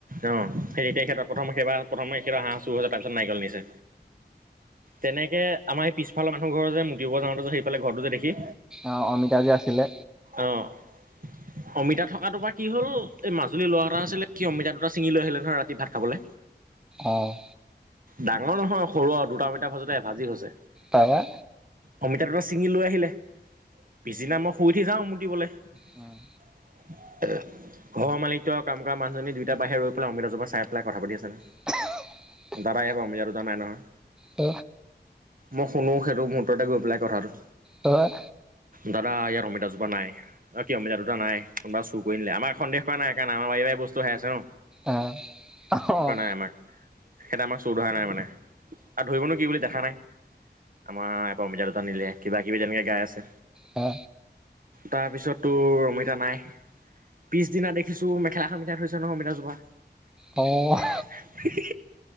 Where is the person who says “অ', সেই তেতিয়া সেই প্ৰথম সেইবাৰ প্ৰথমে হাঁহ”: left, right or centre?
Right